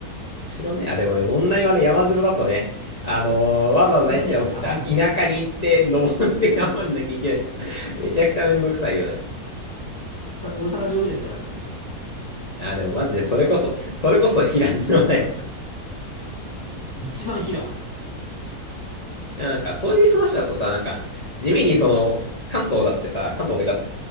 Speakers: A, on the left; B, on the left.
A: 城ね、あ、でもね、
B: うん
A: 問題はね、山城だとね、あのーわざわざえっちらおっちら、
B: 行くまでがやばいってい
A: 田舎に行って、登って頑張んなきゃいけないから。めちゃくちゃめんどくさいよね。
B: う。さ、大阪城ぐらいやったら楽なんだけどね。
A: あ、でもマジで、それこそ、それこそ平城だよ。
B: <laughs> 一番平。
A: いや、なんか、そういう話だとさ、なんか、地味にその、
B: うん。
A: 関東だってさ、関東ってか、